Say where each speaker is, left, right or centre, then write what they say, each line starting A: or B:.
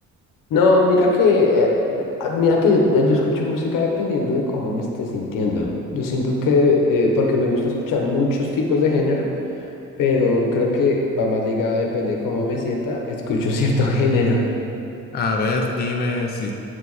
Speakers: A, on the left (about 85°); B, on the left (about 30°).
A: No, mira que, eh, me- ah, mira que yo, yo escucho música dependiendo de cómo me esté sintiendo. Yo siento que, eh, porque me gusta escuchar muchos tipos de género, pero creo que va más ligado, depende de cómo me sienta, escucho cierto <laughs> género.
B: A ver, dime si